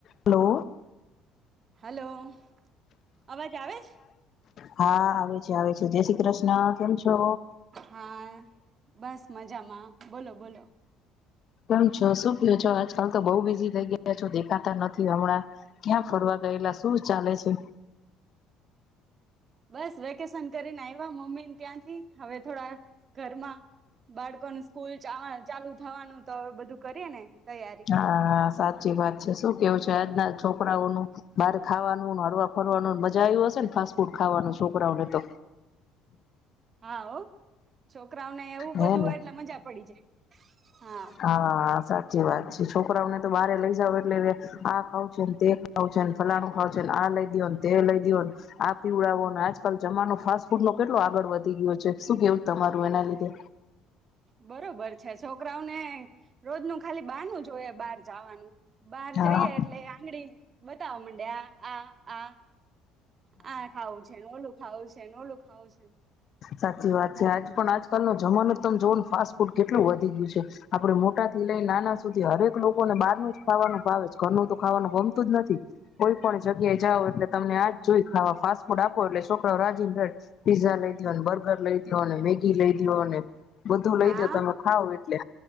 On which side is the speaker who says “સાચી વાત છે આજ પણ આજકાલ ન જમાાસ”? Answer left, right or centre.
Left